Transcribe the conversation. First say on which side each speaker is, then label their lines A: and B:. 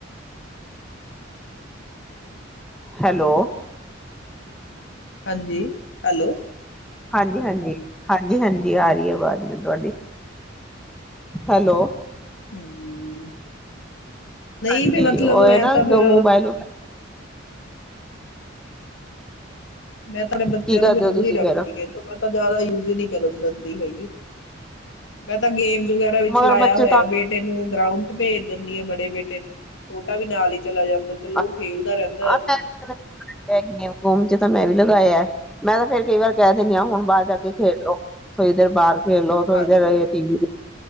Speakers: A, in the centre; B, on the left.
A: ਹੈਲੋ।
B: ਹਾਂਜੀ, ਹੈਲੋ।
A: ਹਾਂਜੀ-ਹਾਂਜੀ, ਹਾਂਜੀ-ਹਾਂਜੀ ਆ ਰਹੀ ਐ ਆਵਾਜ਼ ਮੈਨੂੰ ਤੁਹਾਡੀ, ਹੈਲੋ।
B: ਹੂੰ। ਨਹੀਂ
A: ਹਾਂਜੀ
B: ਫੇਰ ਮਤਲਬ
A: ਉਹ ਇਹ
B: ਐ
A: ਨਾ
B: ਤਾਂ ਫੇਰ
A: ਮੋਬਾਇਲ
B: ਮੈਂ ਤੇ ਅਪਨੇ ਬੱਚਿਆਂ
A: ਕੀ ਕਰਦੇ
B: ਨੂੰ ਦੂਰ
A: ਹੋ ਤੁਸੀਂ
B: ਹੀ ਰੱਖਦੀ
A: ਫੇਰ
B: ਆਂ ਇਹ ਤੋਂ ਬਾ ਤਾਂ ਜ਼ਿਆਦਾ ਯੂਜ ਹੀ ਨਹੀਂ ਕਰਨ ਦਿੰਦੀ ਹੈਗੀ, ਮੈਂ ਤਾਂ ਗੇਮ ਵਗੈਰਾ ਵਿੱਚ
A: ਮਗਰ
B: ਲਾਇਆ
A: ਬੱਚੇ
B: ਹੋਇਆ,
A: ਤਾਂ
B: ਬੇਟੇ ਨੂੰ ਗਰਾਊਂਡ ਚ ਭੇਜ ਦੇਨੀ ਆਂ ਬੜੇ ਬੇਟੇ ਨੂੰ, ਛੋਟਾ ਵੀ ਨਾਲ ਹੀ ਚਲਾ ਜਾਂਦਾ ਚਲੋ ਖੇਲਦਾ
A: <unintelligible>
B: ਰਹਿੰਦਾ ਐਵੇਂ
A: ਚ ਤਾਂ ਮੈਂ ਵੀ ਲਗਾਇਆ, ਮੈਂ ਤਾਂ ਫੇਰ ਕਈ ਵਾਰ ਕਹਿ ਦਿੰਨੀ
B: ਹਮ,
A: ਆਂ ਹੁਣ ਬਾਹਰ ਜਾ ਕੇ ਖੇਡ ਲੋ। ਫੇਰ ਇਧਰ ਬਾਹਰ ਖੇਲ ਲੋ ਫੇਰ
B: ਹਾਂਜੀ
A: ਇਧਰ ਟੀ ਵੀ